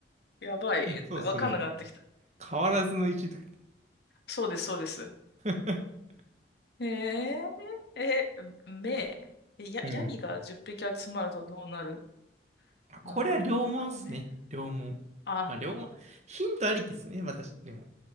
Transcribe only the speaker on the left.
やばい、
わかんなくなってきた。
そうです、そうです。
えー、え、めー、えや、
ヤギが10匹集まるとどうなる
なあ、め、
あ、